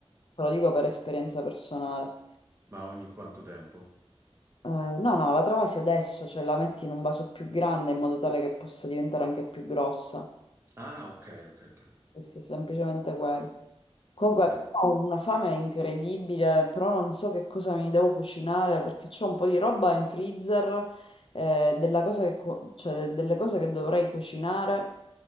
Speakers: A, on the left (about 60°); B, on the right (about 25°).
A: Te lo dico per esperienza personale.
B: ma ogni quanto tempo?
A: Eh, no, no, la travasi adesso, cioè la metti in un vaso più grande in modo tale che possa diventare anche più grossa.
B: Ah, ok, ok, ok.
A: Sì, sì, semplicemente quello. Comunque
B: ok.
A: ho una fame incredibile, però non so che cosa mi devo cucinare perché c'ho un po' di roba in freezer, eh, della cosa che cu- cioè, de- delle cose che dovrei cucinare,